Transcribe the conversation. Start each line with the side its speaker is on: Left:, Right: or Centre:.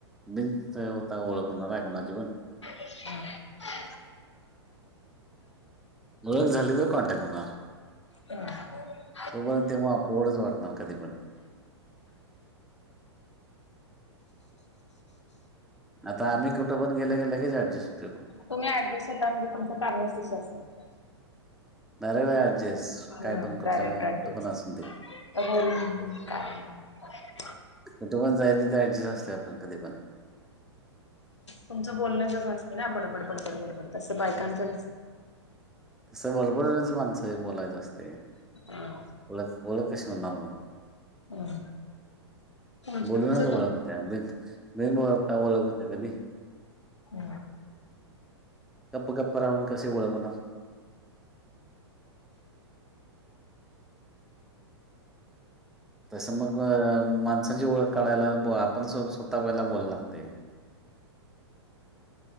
Centre: बिन होता ओळखणार हाय कोणाची पण.
Left: <unintelligible>
Centre: ओळक झाली तर कॉन्टॅक्ट होणार.
Left: हम्.
Centre: तोपर्यंत तेव्हा अपोवडच वाटणार कधी पण. आता आम्ही कुठं पण गेल्या गेल्या लगेच ऍडजेस्ट हु
Left: तुम्ही ऍडजस्ट होता म्हणजे तुमचं कारणच तशी असत्याल.
Centre: नारळ्या ऍडजेस
Left: हम्म
Centre: काय पण
Left: डायरेक्ट
Centre: कुठल्या
Left: ऍड्रेस
Centre: कुठ पण असूनदे.
Left: <unintelligible>
Centre: कुठे पण जाईल तिथ ऍडजस्ट असतंया आपण कधी पण.
Left: तुमचं बोलणं जसं असते ना बडबड बडबड बडबड तसं बायकांच नस
Centre: तसं बडबडण्याच माणसं हे बोलायचं असतंय.
Left: नसतं.
Centre: ओळख ओळख कशी होणार मग
Left: हम्म तुमचं
Centre: बोलूनच
Left: आमचं
Centre: ओळख
Left: काय
Centre: त्या बिन ओळखता ओळख का बी.
Left: हम्म
Centre: गप्प गप्प राहून कशी ओळख होणार? तसं मग माणसाची ओळख काढायला आपण स्वतः पहिला बोलाया लागतय.